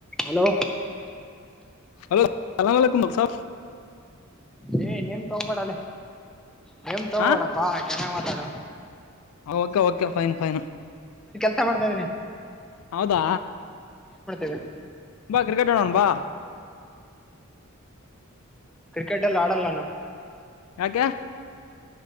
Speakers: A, in the centre; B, on the left.
A: Hello
B: hello ಸಲಾಮಕುಮ ಬಕ್ತ ಸಾ
A: ಏ್ ನೇಮ್ ತಗೋಬೇಡ ಅಲ್ಲ ನೇಮ್ ತಗೋಬೇಡಪ್ಪಾ
B: ಹಾ
A: ಚೆನ್ನಾಗ ಮಾತಾಡ
B: ಓಕೆ ಓಕೆ ಫೈನ್ ಫೈನ್
A: ಊಟ ಮಾಡ್ತಾ ಇದ್ದೀನಿ
B: ಹೌದಾ
A: ಇದಿಯಾ
B: ಬಾ ಕ್ರಿಕೆಟ್ ಹೋಗಣ ಬಾ
A: ಕ್ರಿಕೆಟ್ ಎಲ್ಲಿ ಆಡಲ್ಲ ನಾನು
B: ಯಾಕೆ